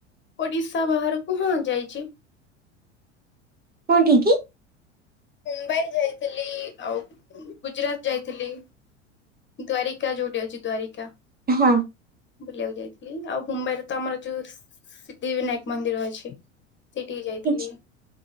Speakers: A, on the left (about 30°); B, on the right (about 25°).
A: ଓଡିଶା ବାହାରକୁ ହଁ ଯାଇଛି।
B: କଉଁଠିକି?
A: ମୁମ୍ବାଇ ଯାଇଥିଲି-ଇ-ଇ-ଇ ଆଉ ଗୁଜୁରାଟ ଯାଇଥିଲି। ଦ୍ଵାରିକା ଯୋଉଠି ଅଛି ଦ୍ୱାରିକା।
B: ହଁ।
A: ବୁଲିବାକୁ ଯାଇଥିଲି ଆଉ ମୁମ୍ବାଇରେ ତ ଆମର ଯୋଉ ସି-ସି-ସି ସିଦ୍ଧି ବିନାୟକ ମନ୍ଦିର ଅଛି। ସେଠିକି ଯାଇଥିଲି।
B: କିଛି